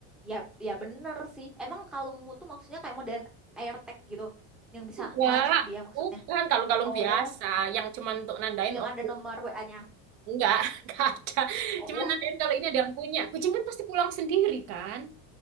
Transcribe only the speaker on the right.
Enggak.
Bukan kalung-kalung
biasa yang cuman untuk nandain
oh
enggak, <laughs> enggak ada.
Cuman nandain kalau ini ada yang punya. Kucing kan pasti pulang sendiri kan?